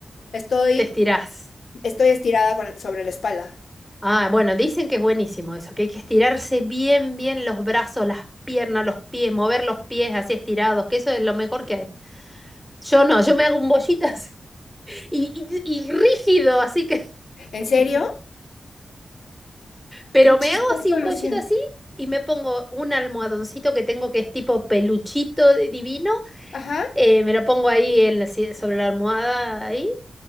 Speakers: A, on the left; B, in the centre.
A: estoy,
B: te estirás.
A: estoy estirada con- sobre la espalda.
B: Ah, bueno, dicen que es buenísimo eso, que hay que estirarse bien, bien los brazos, las piernas, los pies, mover los pies así estirados, que eso es lo mejor que hay. Yo no, yo me hago un bollitas <laughs> y, y- y rígido, así que
A: ¿En serio?
B: Pero
A: Qué chistoso,
B: me hago así, un
A: Luciano.
B: bollito así, y me pongo un almohadoncito que tengo que es tipo peluchito de- divino.
A: Ajá.
B: eh, me lo pongo ahí en la si- sobre la almohada ahí.